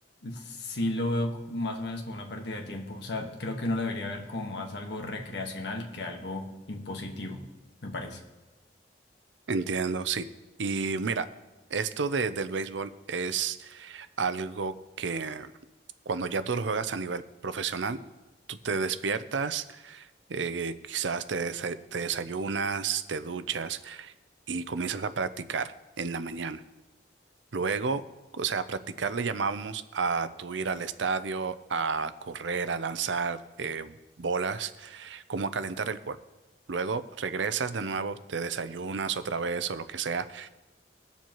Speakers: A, on the left (about 65°); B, on the right (about 85°).
A: sí lo veo más o menos como una pérdida de tiempo. O sea, creo que uno lo debería ver como más algo recreacional que algo impositivo, me parece.
B: Entiendo, sí. Y mira, esto de, del béisbol es algo que cuando ya tú lo juegas a nivel profesional, tú te despiertas, eh, quizás te, desa- te desayunas, te duchas y comienzas a practicar en la mañana. Luego, o sea, practicar le llamamos a tu ir al estadio, a correr, a lanzar eh, bolas, como a calentar el cuerpo. Luego regresas de nuevo, te desayunas otra vez o lo que sea